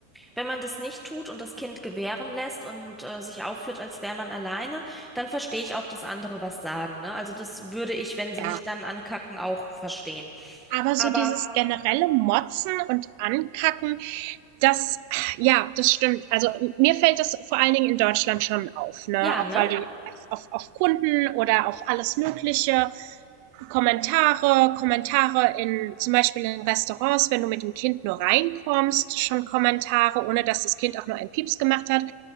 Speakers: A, in the centre; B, on the right.
A: Wenn man das nicht tut und das Kind gewähren lässt und äh, sich aufführt, als wäre man alleine, dann verstehe ich auch, dass andere was sagen, ne? Also das würde ich, wenn sie
B: ja.
A: mich dann ankacken, auch verstehen.
B: Aber so
A: Aber
B: dieses generelle Motzen und Ankacken, Das, ja, das stimmt. Also mir fällt das vor allen Dingen in Deutschland schon auf, ne?
A: ja,
B: Auch
A: ne?
B: weil du auf, auf Kunden oder auf alles Mögliche Kommentare, Kommentare in zum Beispiel in Restaurants, wenn du mit dem Kind nur reinkommst, schon Kommentare, ohne dass das Kind auch nur einen Pieps gemacht hat.